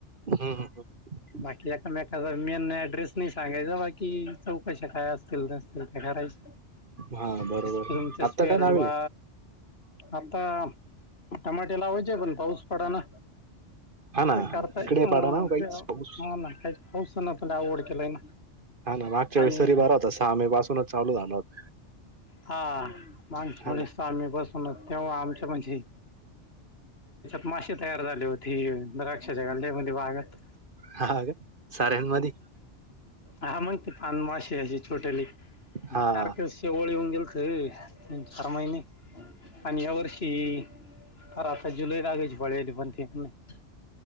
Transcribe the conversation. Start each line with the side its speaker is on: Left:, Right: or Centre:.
Right: हम् हम हम
Left: बाकी एकामेकाचा मीना ऍड्रेस नाही सांगायचा बाकी चौकशी काय अस असलतीलल तर करायचे
Right: हां, बरोबर. आत्ता काय लावेल
Left: <unintelligible> बा
Right: आहे?
Left: आता टमाटे लावाचे पण पाऊस पडा ना.
Right: हां ना.
Left: का करताय
Right: हा. इकडे
Left: नाही,
Right: पडा ना काहीच पाऊस.
Left: काही पाऊस ना त आवड केलाय ना.
Right: हा ना मागच्या
Left: आणि
Right: वेळेस सरी बारा होता. सहा मे पासूनच चालू झालं होता.
Left: हा माग थोडीस
Right: हां ना.
Left: आम्ही बसून तेव्हा आमच्या म्हणजे मासे तयार झाले होती. द्रक्षाच्या गल्यामध्ये भागात.
Right: हां का? साऱ्यांमध्ये?
Left: ह मग त प टोटली
Right: हां.
Left: सारखे शेवळी होऊन गेलत. फर्माहि नाही. आणि या वर्षी तर आता जुलै लागायची पळली पण ते नाही.